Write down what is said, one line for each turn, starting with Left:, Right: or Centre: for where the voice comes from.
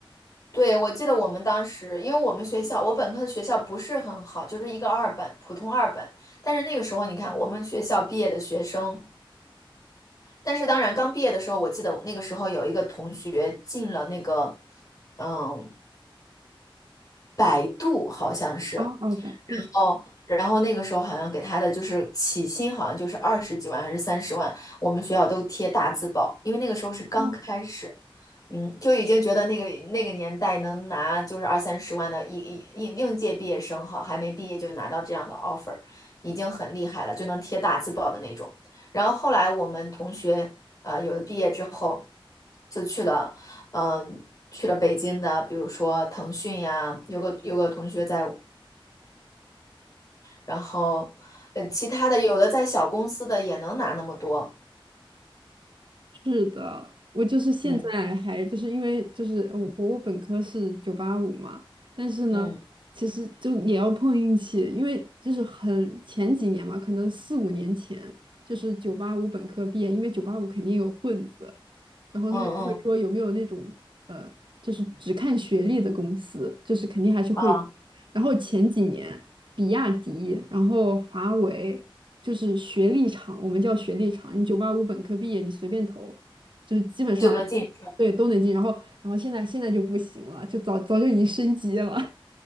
Left: 对，我记得我们当时，因为我们学校，我本科的学校不是很好，就是一个二本，普通二本。但是那个时候，你看我们学校毕业的学生，但是当然刚毕业的时候，我记得那个时候有一个同学进了那个，嗯，百度好像是。
Right: 哦哦，百度。
Left: 然后，然后那个时候好像给他的就是起薪，好像就是二十几万还是三十万，我们学校都贴大字报，因为那个时候是刚开始，
Right: 哦，
Left: 嗯，就已经觉得那个那个年代能拿就是二三十万的应应应届毕业生哈，还没毕业就拿到这样的 offer，已经很厉害了，就能贴大字报的那种。然后后来我们同学呃有的毕业之后就去了，嗯、去了北京的，比如说腾讯呀，有个有个同学在。然后，呃，其他的有的在小公司的也能拿那么多，
Right: 是的，我就是现在还就是因为就是呃我我本科是九八五嘛，
Left: 嗯
Right: 但是呢，
Left: 嗯
Right: 其实就也要碰运气，因为就是很前几年嘛，可能四五年前就是九八五本科毕业，因为九八五肯定有混子，然后他们就会说有没有那种呃，
Left: 嗯嗯，
Right: 就是只看学历的公司，就是肯定还是会有。
Left: 啊，
Right: 然后前几年，比亚迪，然后华为，就是学历厂，我们叫学历厂，你九八五本科毕业，你随便投，就是基本上，
Left: 就能进去。
Right: 对，都能进。然后，然后现在现在就不行了，就早早就已经升级了，